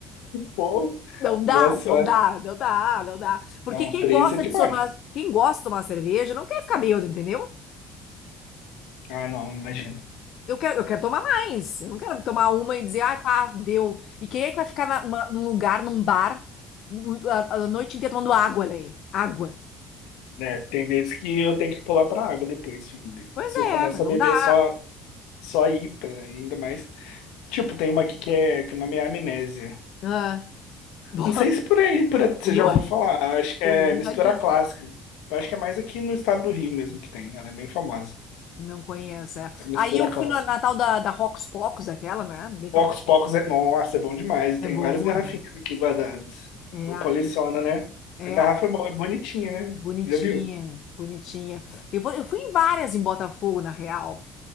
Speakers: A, on the left; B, on the left.
A: Pô,
B: Não dá,
A: nossa,
B: não dá, não dá, não dá. Porque
A: Não,
B: quem
A: três
B: gosta
A: é demais.
B: de tomar, quem gosta de tomar cerveja não quer ficar bêbado, entendeu?
A: Ah, não, imagina.
B: Eu quero, eu quero tomar mais. Eu não quero tomar uma e dizer, ah, tá, deu. E quem é que vai ficar na- uma- num lugar, num bar, a a noite inteira tomando água daí? Água.
A: Né, tem vezes que eu tenho que pular pra água depois, filho.
B: Pois
A: Se eu começo
B: é, mas
A: a
B: não
A: beber
B: dá.
A: só, só IPA, ainda mais. Tipo, tem uma aqui que, é, que o nome é Amnésia.
B: Ah, <laughs> Bom,
A: Não sei se por aí, por, aí você
B: O nome,
A: já ouviu falar. Eu acho que
B: o
A: é
B: nome
A: mistura
B: já diz.
A: clássica. Eu acho que é mais aqui no estado do Rio mesmo que tem. Ela é bem famosa.
B: não conheço, é.
A: É mistura
B: Aí eu fui
A: clássica.
B: na, na tal da, da Rocos Pocos, aquela, né? Bem famosa.
A: Pocos Pocos é. Nossa, é bom demais. Eu
B: É
A: tenho
B: bom,
A: várias garrafinhas
B: é bom.
A: aqui guardadas.
B: É,
A: Eu
B: é
A: coleciono,
B: bom.
A: né?
B: É,
A: A garrafa é bo- é bonitinha, né?
B: bonitinha,
A: Já viu?
B: bonitinha. Eu, vou- eu fui em várias em Botafogo, na real.